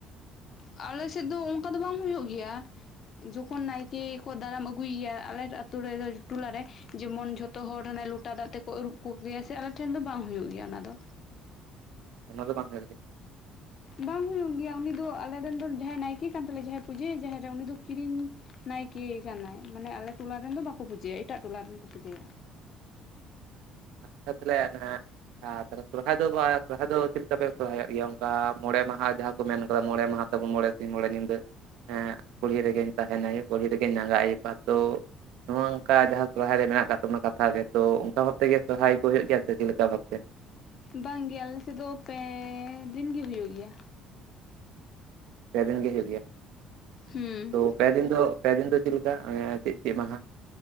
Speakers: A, on the left; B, on the right.
A: ᱟᱞᱮ ᱥᱮᱫ ᱫᱚ ᱚᱱᱠᱟ ᱫᱚ ᱵᱟᱝ ᱦᱩᱭᱩᱜ ᱜᱮᱭᱟ᱾ ᱡᱚᱠᱷᱚᱱ ᱱᱟᱭᱠᱮ ᱠᱚ ᱫᱟᱨᱟᱢ ᱟᱹᱜᱩᱭ ᱮᱭᱟ ᱟᱞᱮ ᱟᱛᱳ ᱨᱮ ᱴᱚᱞᱟ ᱨᱮ ᱡᱮᱢᱚᱱ ᱡᱷᱚᱛᱚ ᱦᱚᱲ ᱦᱟᱱᱮ ᱞᱚᱴᱟ ᱫᱟᱜ ᱛᱮ ᱠᱚ ᱟᱹᱨᱩᱵ ᱠᱚ ᱜᱮᱭᱟ ᱥᱮ ᱟᱞᱮ ᱴᱷᱮᱱ ᱫᱚ ᱵᱟᱝ ᱦᱩᱭᱩᱜ ᱜᱮᱭᱟ ᱚᱱᱟ ᱫᱚ᱾
B: ᱚᱱᱟ ᱫᱚ ᱵᱟᱝ ᱦᱳᱭᱳᱜᱼᱟ ᱾
A: ᱵᱟᱝ ᱦᱩᱭᱩᱜ ᱜᱮᱭᱟ ᱩᱱᱤ ᱫᱚ ᱟᱞᱮᱨᱮ ᱨᱮᱱ ᱫᱚ ᱡᱟᱦᱟᱸᱭ ᱱᱟᱭᱠᱮ ᱠᱟᱱ ᱛᱟᱞᱮᱭᱟ ᱡᱟᱦᱟᱸᱭ ᱯᱩᱡᱟᱹᱭᱟᱭ ᱡᱟᱦᱮᱨ ᱨᱮ ᱩᱱᱤ ᱫᱚ ᱠᱤᱨᱤᱧ ᱱᱟᱭᱠᱮ ᱠᱟᱱᱟᱭ ᱢᱟᱱᱮ ᱟᱞᱮ ᱴᱚᱞᱟᱮᱱ ᱫᱚ ᱵᱟᱠᱚ ᱯᱩᱡᱟᱹᱭᱟ ᱮᱴᱟᱜ ᱴᱚᱞᱟᱮᱱ ᱠᱚ ᱯᱩᱡᱟᱹᱭᱟ
B: <unintelligible> ᱟᱨ ᱛᱟᱞᱦᱮ ᱥᱚᱨᱦᱟᱭ ᱫᱚ ᱥᱚᱨᱦᱟᱭ ᱫᱚ ᱪᱮᱫ ᱞᱮᱠᱟ ᱯᱮ ᱥᱚᱨᱦᱟᱭ ᱚᱜ ᱜᱮᱭᱟ ᱚᱱᱠᱟ ᱢᱚᱬᱮ ᱢᱟᱦᱟ ᱡᱟᱦᱟᱸ ᱠᱚ ᱢᱮᱱ ᱠᱟᱫᱟ ᱢᱚᱬᱮ ᱢᱟᱦᱟ᱾ ᱢᱚᱬᱮ ᱥᱤᱧ ᱢᱚᱬᱮ ᱧᱤᱫᱟᱹ ᱠᱩᱞᱦᱤ ᱨᱮᱜᱮᱢ ᱛᱟᱦᱮᱱᱟ ᱠᱩᱞᱦᱤ ᱨᱮᱜᱮᱢ ᱟᱜᱟᱜ ᱟᱭᱩᱵ ᱟ ᱛᱚ ᱱᱚᱜ ᱱᱚᱝᱠᱟ ᱡᱟᱦᱟᱸ ᱥᱚᱨᱦᱟᱭ ᱨᱮ ᱢᱮᱱᱟᱜ ᱟᱠᱟᱫ ᱛᱟᱵᱚᱱᱟ ᱠᱟᱛᱷᱟ ᱨᱮ ᱛᱚ ᱚᱱᱠᱟ ᱦᱚᱸ ᱛᱮ ᱜᱮ ᱥᱚᱦᱨᱟᱭ ᱠᱚ ᱦᱩᱭᱩᱜ ᱜᱮᱭᱟ ᱥᱮ ᱪᱮᱫ ᱞᱮᱠᱟ ᱵᱷᱟᱵᱛᱮ᱾
A: ᱵᱟᱝ ᱜᱮ ᱟᱞᱮᱥ ᱫᱚ ᱯᱮ ᱫᱤᱱ ᱜᱮ ᱦᱩᱭ ᱱᱟ᱾
B: ᱯᱮ ᱫᱤᱱ ᱜᱮ ᱦᱳᱭᱳᱜ ᱜᱮᱭᱟ᱾
A: ᱦᱩᱸ
B: ᱚ ᱯᱮᱫᱤᱱ ᱫᱚ ᱯᱮᱫᱤᱱ ᱫᱚ ᱪᱮᱫ ᱞᱮᱠᱟ ᱚᱱᱮ ᱪᱮᱫ ᱪᱮᱫ ᱢᱟᱦᱟ᱾